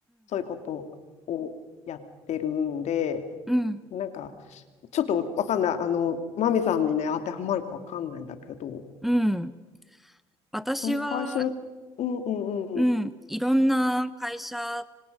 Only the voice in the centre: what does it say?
うん、
うん。私は
うん。いろんな会社